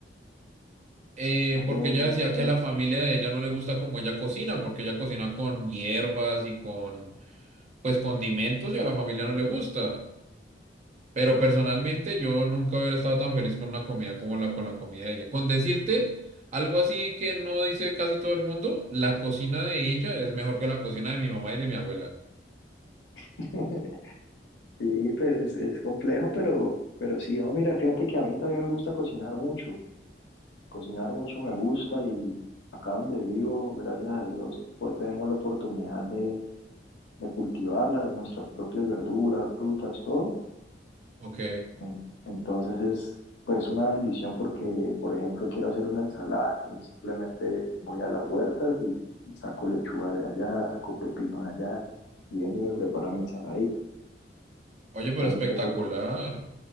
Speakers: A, on the right; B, on the left.
A: Eh,
B: Oh,
A: porque ella decía
B: ok.
A: que a la familia de ella no le gusta como ella cocina, porque ella cocina con hierbas y con, pues, condimentos y a la familia no le gusta. Pero personalmente yo nunca hubiera estado tan feliz con una comida como la con la comida de ella. Con decirte algo así que no dice casi todo el mundo, la cocina de ella es mejor que la cocina de mi mamá y de mi abuela.
B: <laughs> Sí, pues es, es complejo, pero, pero sí, no, mira, fíjate que a mí también me gusta cocinar mucho, cocinar mucho me gusta y acá donde vivo, gracias a Dios, pues tenemos la oportunidad de, de cultivarlas, nuestras propias verduras, frutas, todo.
A: Ok.
B: En- entonces es pues una bendición porque, por ejemplo, quiero hacer una ensalada, entonces simplemente voy a las huertas y, y saco lechuga de allá, saco pepino de allá y vengo y me preparo mi ensaladita.
A: Oye,
B: Entonces
A: pero espectacular.
B: tengo, co-